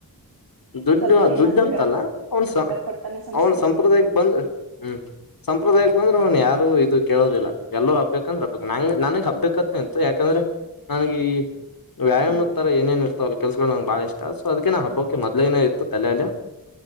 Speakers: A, on the left; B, on the right.
A: ದುಡ್ಡು
B: ಸ್ವಲ್ಪ
A: ಆ ದುಡ್ಡ
B: ಏನಾದ್ರು
A: ಅಂತಲ್ಲ ಅವನ್ ಸ
B: ಕೊಡ್ತಾನೆ ಸಂಸ್ಕೃತಿ
A: ಅವ್ನ್ ಸಂಪ್ರದಾಯಕ್ ಬಂದ್ರ ಹ್ಮ್ ಸಂಪ್ರದಾಯಕ್ ಬಂದ್ರೆ ಅವನ್ ಯಾರು ಇದು ಕೇಳೋದಿಲ್ಲ ಎಲ್ಲರುೂ ಹಬ್ಬಬೇಕಂದ್ರೆ ಹಬ್ಬಬೇಕು ನಂ ನನಗ್ ಹಬ್ಬಬೇಕತ್ತ ಅಂತ ಯಾಕಂದ್ರೆ ನನ್ಗೆ ಈ ವ್ಯಾಯಾಮ
B: ಹ್ಮ್
A: ತರ ಏನೇನ್ ಇರ್ತಾವಲ್ ಕೆಲ್ಸಗಳು ನಗೆ ಬಾಳ ಇಷ್ಟ ಸೊ ಅದಕ್ಕೆ ನ ಹಬ್ಕ್ ಯಕೆ ಮೊದ್ಏನ ಇತ್ತು ತಲೆಲ್ಲ